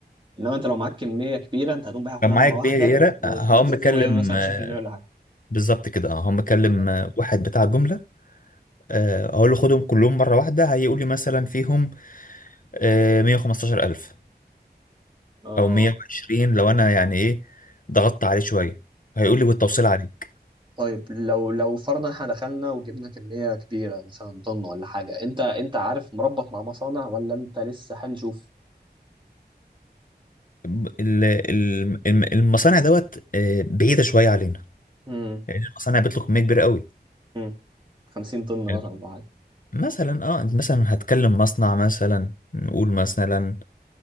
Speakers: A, on the right (about 25°); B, on the left (about 50°).
A: انما انت لو معاك كميه كبيره انت هتقوم بايعها كلها
B: كان معايا
A: مره
B: كبيره
A: واحده وتكسب
B: هقوم مكلم
A: فيهم مثلا
B: آه،
A: 20% ولا حاجه
B: بالظبط كده اه هقوم مكلم
A: آه.
B: آه، واحد بتاع جمله آه، اقول له خدهم كلهم مره واحده هيقول لي مثلا فيهم آه، 115000
A: اه
B: او 120 لو انا يعني ايه ضغطت عليه شويه هيقول لي والتوصيل عليك
A: طيب لو لو فرضا احنا دخلنا وجبنا كميه كبيره مثلا طن ولا حاجه انت انت عارف مربط مع مصانع ولا انت لسه هنشوف
B: ب- ال- ال- الم- المصانع دوت آه، بعيده شويه علينا
A: امم
B: لأن المصانع بيطلق كمية كبيرة قوي
A: امم 50 طن مثلا
B: الم-
A: ولا حاجه
B: مثلا اه انت مثلا هتكلم مصنع مثلا نقول مثلا